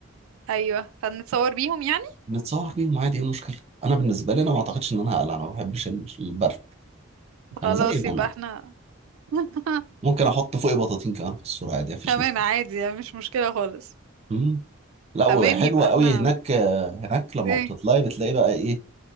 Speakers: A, on the right; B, on the right.
A: ايوه فنتصور بيهم يعني
B: نتصور بيهم عادي ايه المشكله انا بالنسبه لي انا ما
A: ماشي
B: اعتقدش ان انا هقلع انا ما بحبش ال- البرد
A: خلاص
B: انا زي ما
A: يبقى
B: انا
A: احنا <laughs>
B: ممكن احط فوقي بطاطين كمان في الصوره عادي مفيش
A: كمان
B: مشكله
A: عادي يعني مش مشكلة خالص
B: مم. لا
A: تمام
B: وحلوه
A: يبقى احنا
B: قوي هناك آه، هناك لما
A: ايه
B: بتطلعي بتلاقي بقى ايه